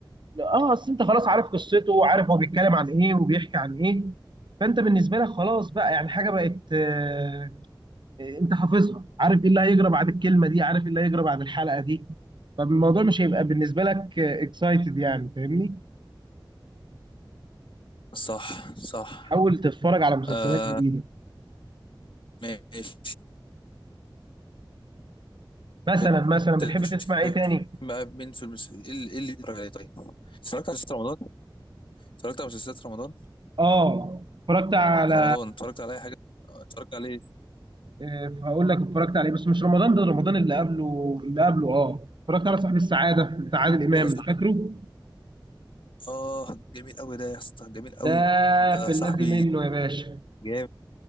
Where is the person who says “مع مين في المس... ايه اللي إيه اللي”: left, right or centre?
Left